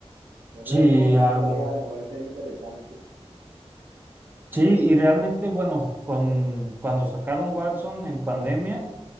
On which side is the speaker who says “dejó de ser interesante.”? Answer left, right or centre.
Right